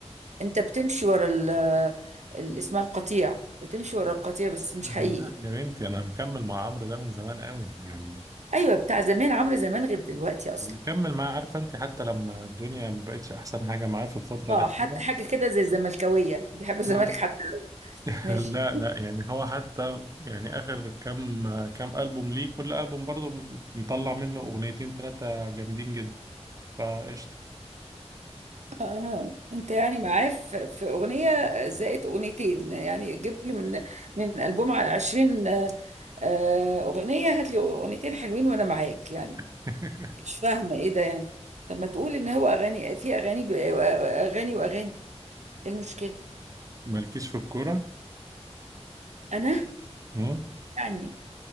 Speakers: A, on the right; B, on the right.
A: أنت بتمشي ورا ال آه، ال- اسمها القطيع بتمشي ورا القطيع بس مش
B: لا
A: حقيقي
B: يا بنتي انا مكمل مع عمرو ده من زمان قوي يعني
A: أيوة بتاع زمان عمرو زمان غير دلوقتي أصلا
B: مكمل معاه عارفه انت حتى لما الدنيا ما بقتش احسن حاجه معاه في الفتره
A: اه
B: الاخيره
A: حتى حاجة كده زي الزملكاوية بيحبوا الزمالك
B: اه
A: حتى لو
B: <laughs>
A: ماشي
B: لا لا يعني هو حتى يعني اخر كام كام البوم ليه كل البوم برضه مطلع منه اغنيتين ثلاثه جامدين جدا فقشطه
A: آه. انت يعني معاه في, في اغنيه زائد اغنيتين يعني جيب لي من من البوم 20 آه، آه، اغنيه هات لي اغنيتين حلوين وانا معاك يعني
B: <laughs>
A: مش فاهمه ايه ده يعني طب ما تقول ان هو اغاني في اغاني ب- آه، اغاني واغاني ايه المشكله
B: مالكيش في الكوره
A: انا
B: مم.
A: يعني